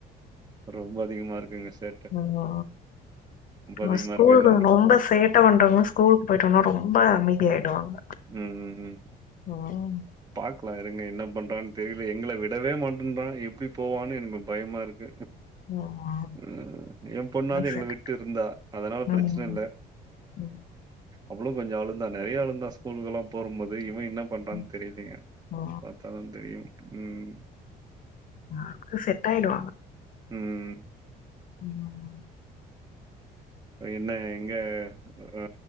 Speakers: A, on the right; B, on the left.
A: ரொம்ப அதிகமா இருக்குங்க சே
B: நாங்கோ
A: அதிகமா
B: அ ஸ்கூல்கள்
A: இருக்குன்னு
B: நொம்ப சே ட்ட பண்றவங்க ஸ்கூல்க் போயிட்டம்னா ரொம்ப அமைதி ஆய்டுவாங்க.
A: ம் ம் ம்.
B: ம்.
A: பாக்லா இருங்க என்ன பண்றான் தெரில எங்கள விடவே மாட்டன்றா எப்டி போவான்னு எனுக்கு பயமா இருக்கு.
B: ம் ம்.
A: ம் எ பொண்ணாது எங்கள
B: செட்
A: விட்டு இருந்தா அதனால
B: ம்.
A: பிரச்சன இல்ல.
B: ம்.
A: அவுளு கொஞ்சொ அழுந்தா நெறையா அழுந்தா ஸ்கூல்கெல்லாம் போரும்போது இவ என்ன பண்றான்
B: ம்.
A: தெரிலீங்க
B: ஓ!
A: பாத்தாதா தெரியு ம்.
B: ஆக்கு செட்டாய்டுவாங்க.
A: ம் ம் ம்.
B: <inaudible>
A: அ என்ன எங்க அ